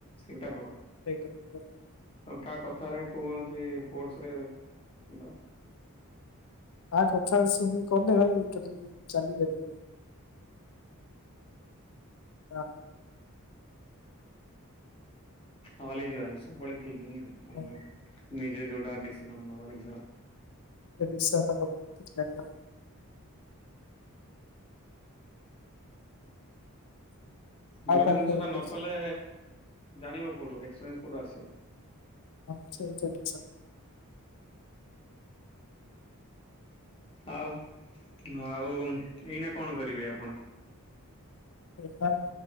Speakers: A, on the left; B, on the left.
A: ସେଇଟା କର।
B: ସେଇ କଥା ପରା।
A: ତମେ କାହା କଥାରେ କୌଣସି ଫୋର୍ସ ରେ ବାସ୍
B: କାହା କଥାରେ ଶୁଣି କଲେ ଭାଇ କେବେବି ଚାଲିପାରିବେନି। ତ
A: ହଲି ଯିବାନି ସବୁବେଳେ ଠିକ ହିଁ ହବ ତମ
B: ହଁ,
A: ଘରେ। ନିଜେ ଯୋଉଟା ଡିସିସନ ନବ ନିଜର।
B: ତ ଡିଶାଲ ଟା ହୋଉ କେମିତି ଲାଗିବ? ଆଉ
A: ଗୋଟେ
B: କଣ
A: ଜିନିଷ
B: ଖବର
A: ପା ନ
B: କୁହ
A: କଲେ ଜାଣିବ କୋଉଠୁ ଏକ୍ସପ୍ରେନ୍ସ କୋଉଠୁ ଆସିବ?
B: ହଁ ସେଇତ ଆଚ୍ଛା।
A: ଆଉ ଆଉ ଏଇନା କଣ କରିବେ ଆପଣ?
B: ଏଇନା